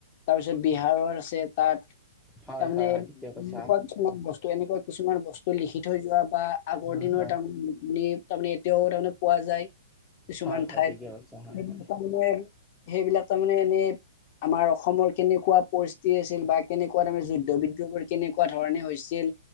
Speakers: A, on the left (about 45°); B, in the centre.
A: তাৰপিছত বিহাৰৰ আছে তাত তাৰমানে
B: হয় হয় হয়
A: এনেকুৱা
B: ঠিকে কৈছা
A: কিছুমান বস্তু, এনেকুৱা কিছুমান বস্তু লিখি থৈ যোৱা বা আগৰ
B: হয়
A: দিনৰ
B: হয়
A: তাৰ <inaudible> তাৰমানে এতিয়াও, তাৰমানে পোৱা যায়। কিছুমান
B: হয় হয়
A: ঠাইত
B: ঠিকে কৈছা হয়
A: সেইবিলাক
B: হয়
A: ত মানে সেইবিলাক তাৰমানে এনেই আমাৰ অসমৰ কেনেকুৱা পৰিস্থিতি আছিল বা কেনেকুৱা তে যুদ্ধ বিদ্ৰবোৰ কেনেকুৱা ধৰণে হৈছিল